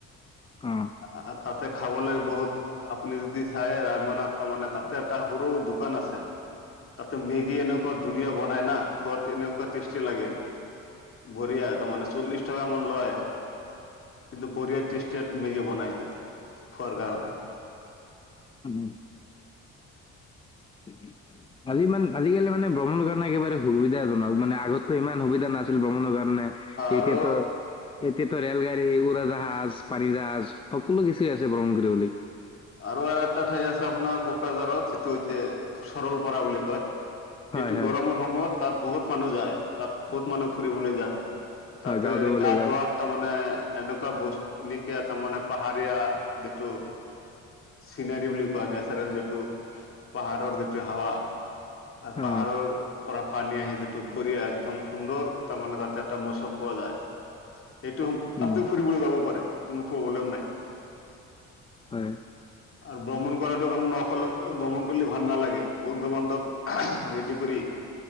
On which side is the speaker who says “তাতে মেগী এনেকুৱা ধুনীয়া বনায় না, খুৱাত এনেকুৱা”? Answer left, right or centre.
Left